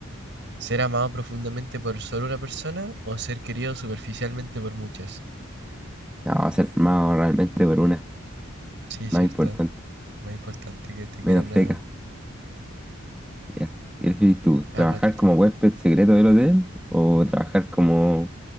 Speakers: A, on the right; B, in the centre.
A: ¿Ser amado profundamente por solo una persona o ser querido superficialmente por muchas?
B: No, va a ser firmado realmente por una
A: Sí, cierto.
B: más importante,
A: Más importante que te
B: menos
A: quieran
B: feca.
A: a,
B: Ya, ¿qué prefieres tú? ¿Trabajar
A: a ratito.
B: como huésped secreto del hotel o trabajar como